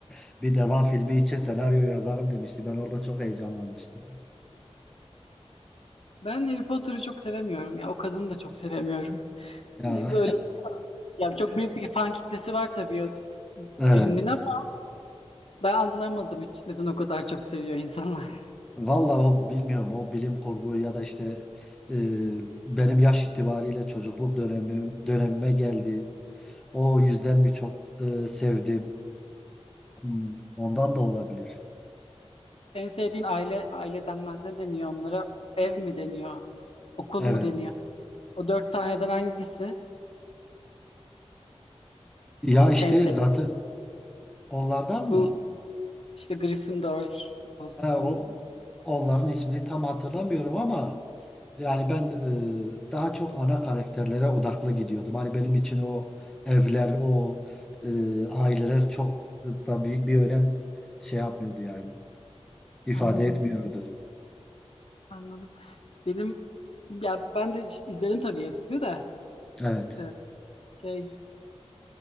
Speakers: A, in the centre; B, on the left (about 60°).
A: <laughs> bir devam filmi için senaryo yazarım demişti. Ben orada çok heyecanlanmıştım.
B: ben Harry Potter'ı çok sevemiyorum ya. O kadını da çok sevemiyorum.
A: Ya
B: E, Böyle ya çok büyük bir fan kitlesi var tabii o f-
A: <laughs> evet.
B: filmin ama ben anlamadım hiç neden o kadar çok seviyor insanlar. <laughs>
A: Vallahi o bilmiyorum o bilim kurgu ya da işte e, benim yaş itibariyle çocukluk dönemim, dönemime geldi. O yüzden birçok e, sevdim. Hmm, Ondan da olabilir.
B: En sevdiğin aile aile denmez ne deniyor onlara? Ev mi deniyor? Okul
A: Evet.
B: mu deniyor? O dört taneden hangisi
A: Ya işte
B: en sevdiğin?
A: zaten onlardan
B: Bu
A: mı?
B: işte Gryffindor olsun.
A: Ha, o onların ismini tam hatırlamıyorum ama yani ben e, daha çok ana karakterlere odaklı gidiyordum. Hani benim için o evler, o e, aileler çok da büyük bir önem şey yapmıyordu yani. ifade
B: Anladım.
A: etmiyordu.
B: Anladım. Benim ya ben de işte izledim tabii hepsini de
A: Evet.
B: Ee, şey